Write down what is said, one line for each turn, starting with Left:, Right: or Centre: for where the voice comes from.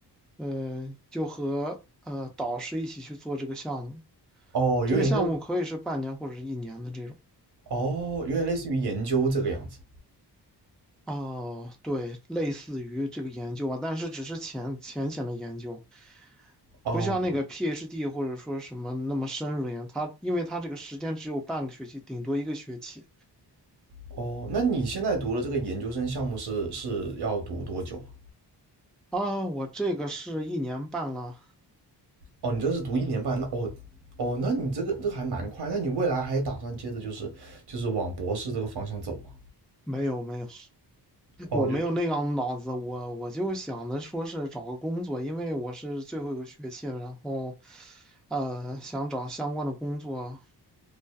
Centre: 呃，就和呃导师一起去做这个项目。
Right: 哦，有点类，
Centre: 这个项目可以是半年或者是一年的这种。
Right: 哦，有点类似于研究这个样子。
Centre: 哦，对，类似于这个研究吧，但是只是浅浅浅的研究，
Right: 哦
Centre: 不像那个 PhD 或者说什么那么深入研。它因为它这个时间只有半个学期，顶多一个学期。
Right: 哦，那你现在读的这个研究生项目是是要读多久啊？
Centre: 啊，我这个是一年半了，
Right: 哦，你这是读一年半，那哦哦，那你这个这个还蛮快，那你未来还打算接着就是就是往博士这个方向走吗？
Centre: 没有没有。
Right: 哦，
Centre: 我没有那样的脑子，
Right: 就
Centre: 我我就想着说是找个工作，因为我是最后一个学期了，然后，呃，想找相关的工作，